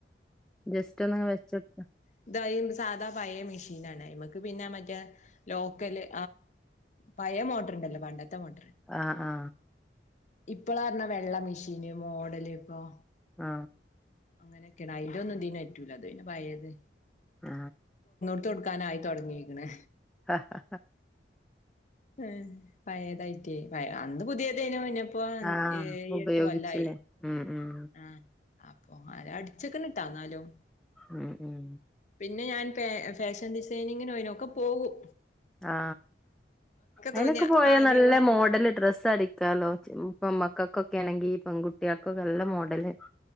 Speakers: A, in the centre; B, on the left.
A: ജസ്റ്റ്‌ ഒന്ന് ങ്ങനെ വെച്ചോട്ത
B: <unintelligible> ഇതാ പയേ മിഷനാണെ മ്മക്കെ പിന്നാ മറ്റേ ലോക്കലെ പയേ മോട്ടോറിണ്ടല്ലോ പണ്ടത്തെ മോട്ടറെ
A: അ ആ
B: ഇപ്പളാർണ വെള്ള മെഷീന് മോഡല് ഇപ്പം
A: ആ
B: അങ്ങനെക്കെയാണ് അയിന്റെ ഒന്നു ഇതിനറ്റൂല ഇതയിന് പഴേത്
A: ആ
B: തൊട്‌ക്കാനായി തൊട്ങ്ങീക്ക്‌ണ്
A: ആഹ്
B: ഹെ പഴെതായി റ്റെ അന്ന് പുതിയെതെനു പിന്നെ ഇപ്പ
A: ആഹ്
B: ഏയ്
A: ഉപയോഗിച്ചില്ലേ
B: എട്ട് കൊല്ലായി
A: ഉം ഉം
B: ആ അപ്പൊ അല അട്‌ച്ച്ക്ക്‌ണ് ട്ടാ ന്നാലും
A: മ് മ്
B: പിന്നെ ഞാൻ പേ ഫേഷൻ ഡിസൈനിംങ്ങിനൊയ്ന് ഒക്കെ പോവും
A: ആ അയ്നൊക്കെ
B: തുന്നിയ
A: പോയാ
B: ആര്യ
A: നല്ല
B: വർക്ക്
A: മോഡല് ഡ്രെസ്സ് അടിക്കാല്ലോ ച് ഇപ്പ മ്മ ങ്ങക്കക്കൊണെങ്കിൽ പെൺകുട്ട്ട്യേ കൊക്കെ നല്ല മോഡല്